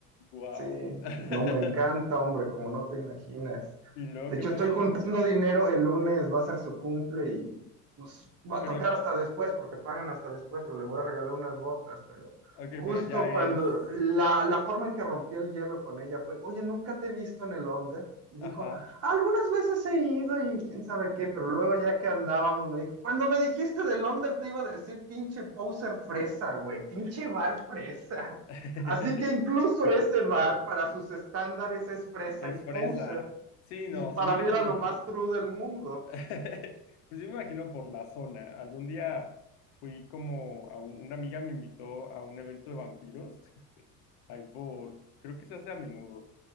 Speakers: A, on the left (about 50°); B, on the right (about 30°).
A: Wow.
B: sí,
A: <laughs>
B: no, me encanta, hombre, como no te imaginas.
A: ¿Y luego
B: De
A: qué
B: hecho,
A: pasó?
B: estoy juntando dinero, el lunes va a ser su cumple y pues va a
A: Pero,
B: tocar hasta después, porque pagan hasta después, pero le voy a regalar unas botas, pero
A: ok,
B: justo
A: pero ya es.
B: cuando la, la forma en que rompí el hielo con ella fue, oye, nunca te he visto en el Onder. Y dijo,
A: Ajá.
B: algunas veces he ido y quién sabe qué, pero luego ya que andábamos me dijo, cuando me dijiste del Onder te iba a decir pinche poser fresa, güey, pinche bar fresa.
A: <laughs>
B: Así que incluso ese bar para sus estándares es fresa
A: Es
B: y poser.
A: fresa. Sí,
B: Y
A: no,
B: para
A: se imagino.
B: mí era lo más true del mundo.
A: <laughs> Pues yo me imagino por la zona. Algún día fui como a un- una amiga me invitó a un evento de vampiros, <laughs> ahí por, creo que se hace a menudo.